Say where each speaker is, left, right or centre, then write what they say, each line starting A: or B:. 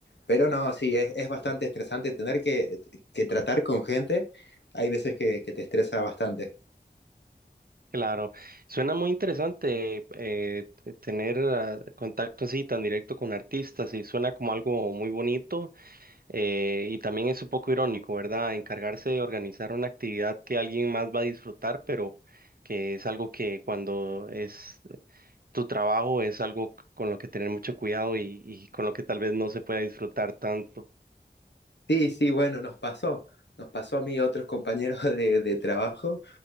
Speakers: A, on the left (about 80°); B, on the right (about 55°).
A: Pero no, sí, es, es bastante estresante tener que, que, tratar con gente. Hay veces que, que, te estresa bastante.
B: Claro, suena muy interesante eh, t- tener ah, contacto así tan directo con artistas y suena como algo muy bonito Eh, y también es un poco irónico, ¿verdad? Encargarse de organizar una actividad que alguien más va a disfrutar, pero que es algo que cuando es tu trabajo es algo c- con lo que tener mucho cuidado y, y con lo que tal vez no se pueda disfrutar tanto.
A: Sí, sí, bueno, nos pasó. Nos pasó a mí y a otros compañeros de, de trabajo